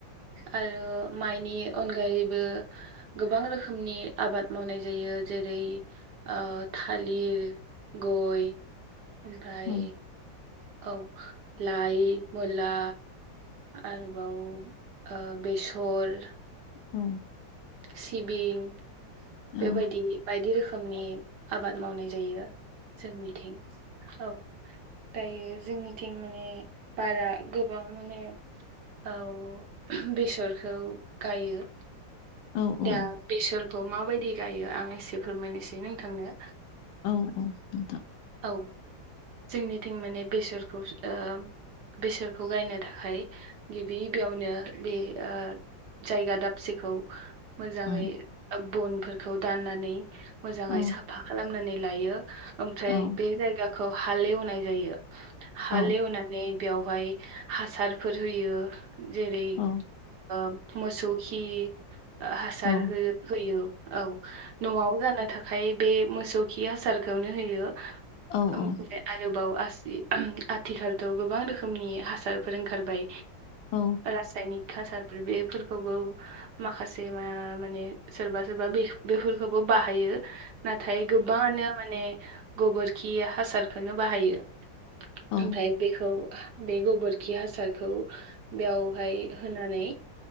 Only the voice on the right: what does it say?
आरो माइनि अनगायैबो गोबां रोखोमनि आबाद मावनाय जायो जेरै आ थालिर गय ओमफ्राय
औ लाइ मुला आरोबाव आ बेसर
सिबिं
बेबायदि बायदि रोखोम रोखोमनि आबाद मावनाय जायो जोंनिथिं औ दायो जोंनिथिं माने बारा गोबां माने औ बेसरखौ गायो
दा बेसरखौ माबायदि गायो आं एसे फोरमायनोसै नोंथांनो
औ जोंनिथिं माने बेसरखौ आ बेसोरखौ गायनो थाखाय गिबि गिबियावनो बे आ जायगा दाबसेखौ मोजांङै
बनफोरखौ दाननानै मोजांङै
साफा खालामनानै लायो ओमफ्राय
बे जायगाखौ हालेवनाय जायो हालेवनानै
बेवहाय हासारफोर होयो जेरै
आ मोसौ खि हासार
हो होयो औ न'आव जानो था आखाय बे मोसौ खि हासारखौनो होयो
ओम आरोबाव आसि ओम आथिखालथ' गोबां रोखोमनि हासारफोर ओंखारबाय
रासायनिक खासारफोर बेफोरखौबो माखासे मा माने सोरबा सोरबा बे बेफोरखौबो बाहायो नाथाय गोबांङानो माने गोबोरखि हासारखौनो बाहायो
ओमफ्राय बेखौ बे गोबोरखि हासारखौ बेयावहाय होनानै